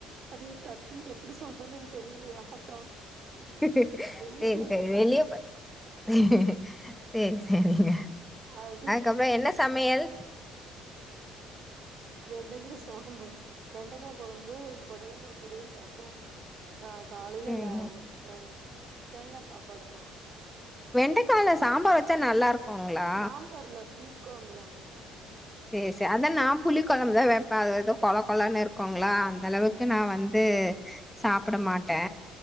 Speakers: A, on the right (about 40°); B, in the centre.
A: அது டக்குன்னு எப்டி சொல்றதுன்னு தெரியலையா அதா
B: சேரி
A: வெளிய போயிட்டு
B: சேரி
A: வந்தே
B: வெளிய போ சேரி
A: ஆ
B: சேரி சேரிங்க
A: அது
B: அப்றோ என்ன சமையல்
A: வெண்டக்கா சாம்பார் வெண்டக்கா கொழம்பு புடலங்கா பொரியல் ரசோ ஆ காலையில
B: சேரிங்க
A: லே எ தேங்கா சாப்பாடுப்பா
B: வெண்டைக்கால சாம்பார் வச்சா நல்லா இருக்குங்களா
A: சாம்பார்‌ இல்ல புளி கொழம்புதா
B: சேரி சேரி அதா நா புளிக் கொழம்பு தா வைப்பே அத ஏதோ கொல கொலனு இருக் இருக்கோங்களா அந்த அளவுக்கு நா வந்து சாப்பிட மாட்டே